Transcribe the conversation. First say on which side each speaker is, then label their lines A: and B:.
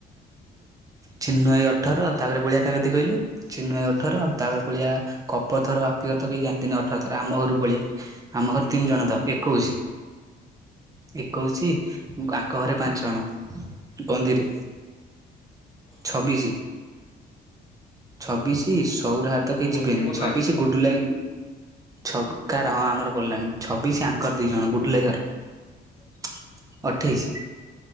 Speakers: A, on the left (about 30°); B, on the right (about 20°).
A: ହୁଁ।
B: ଚିନୁଭାଇ ଅଠର ତାପରେ ବଳିଆ କା କତି କହିଲୁ ଚିନୁଭାଇ
A: ଏକାଅଧୀ
B: ଅଠର। ତାପରେ ପଳେଇଆ କପ ଥର ବାପି ଘର ତ କେହି ଯାଆନ୍ତିନି ଅଠର ଥର ଆମ ଘରରୁ ପଳେଇଆ ଆମ ଘର ତିନି ଜଣ ତ। ଏକୋଇଶ ଏକୋଇଶ ଆଙ୍କ ଘରେ ପାଞ୍ଚଜଣ। କନ୍ଧି ରେ।
A: ହଁ
B: ଛବିଶି ଛବିଶି ସଉରା
A: ତମ
B: ଘର ତ
A: ତମ
B: କେହି ଯିବେନି
A: ବସିକା ପଡିଲାଣି?
B: ଛବିଶି। ଗୁଡୁଲା ଭାଇ ଛ କାର ହଁ ଆମର ପଡ଼ିଲାନି ଛବିଶ ଆଙ୍କ। ଦି ଜଣ ଗୁଡଲା ଭାଇ ଘର ଅଠେଇଶି।